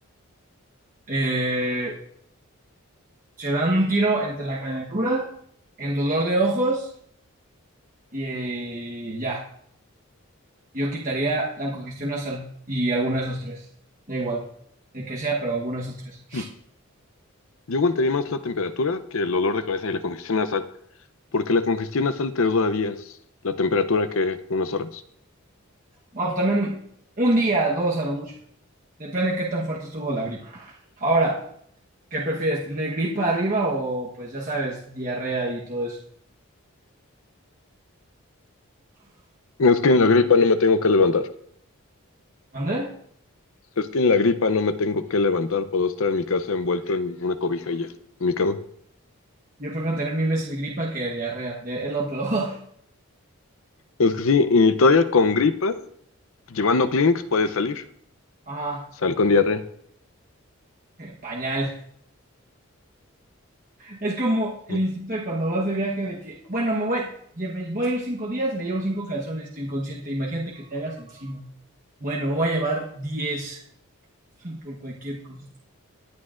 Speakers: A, on the right; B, on the left.
A: eh, se dan un tiro entre la calentura, el dolor de ojos y eh, ya. Yo quitaría la congestión nasal y alguno de esos tres. Da igual, el que sea, pero alguno de esos tres.
B: Mm. Yo aguantaría más la temperatura que el dolor de cabeza y la congestión nasal, porque la congestión nasal te dura días, la temperatura que unas horas.
A: Bueno, pues, también un día, dos a lo mucho. Depende de qué tan fuerte estuvo la gripa. Ahora, ¿qué prefieres? ¿Tener gripa arriba o, pues ya sabes, diarrea y todo eso?
B: Es que en la gripa no me tengo que levantar.
A: ¿Mande?
B: Es que en la gripa no me tengo que levantar. Puedo estar en mi casa envuelto en una cobija y ya, en mi cama.
A: Yo prefiero tener mil veces gripa que diarrea. de- es lo peor.
B: Es que sí, y todavía con gripa, llevando Kleenex puedes salir.
A: <laughs> Ajá,
B: Sal con diarrea.
A: pañal. Es como el
B: Mm,
A: instinto de cuando vas de viaje de que, bueno, me voy, ya me voy a ir cinco días, me llevo cinco calzones, tu inconsciente. Imagínate que te hagas encima. Bueno, me voy a llevar diez <laughs> por cualquier cosa.